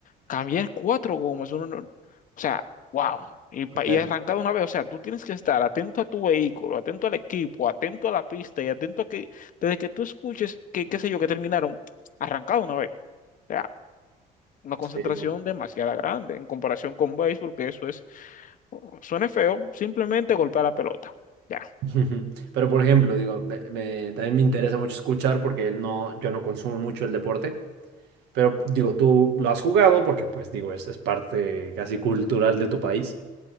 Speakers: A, on the left; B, on the right.
A: Cambiar cuatro gomas, uno no- o sea, wow. Y, pa-
B: o sea,
A: y arrancar de una vez, o sea, tú tienes que estar atento a tu vehículo, atento al equipo, atento a la pista y atento a que, desde que tú escuches que, qué sé yo, que terminaron, arrancado una vez. O sea, una concentración
B: sí, no.
A: demasiado grande en comparación con béisbol, que eso es Suena feo, simplemente golpea la pelota. Ya.
B: <laughs> Pero por ejemplo, digo, me- me- también me interesa mucho escuchar porque no, yo no consumo mucho el deporte, pero digo, tú lo has jugado porque pues digo, es, es parte casi cultural de tu país.